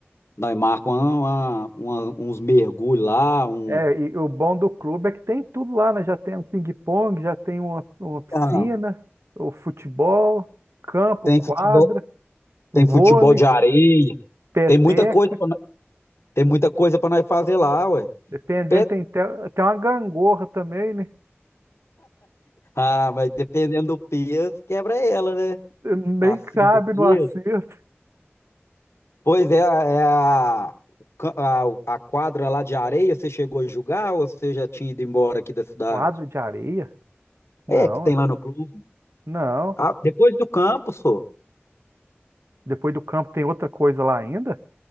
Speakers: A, on the left (about 75°); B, on the right (about 75°).
A: nós marcamos uma- uma- uma- uns mergulhos lá, um,
B: É, e o bom do clube é que tem tudo lá, né? Já tem um ping-pong, já tem uma, uma piscina,
A: Não,
B: o futebol, campo,
A: tem
B: quadra,
A: futebol,
B: vôlei,
A: tem futebol de areia,
B: peteca.
A: tem muita coisa para tem muita coisa para nós fazer lá, ué.
B: Dependendo,
A: Pe-
B: tem até, tem uma gangorra também, né?
A: Ah, mas dependendo do peso, quebra ela, né?
B: Nem
A: Acima
B: cabe
A: do
B: no
A: peso.
B: acerto.
A: Pois é, é a, o ca- a, a quadra lá de areia, você chegou a jogar ou você já tinha ido embora aqui da cidade?
B: Quadra de areia? Não,
A: É, que tem
B: é.
A: lá no clube.
B: não.
A: Ah, depois do campo, só.
B: Depois do campo tem outra coisa lá ainda?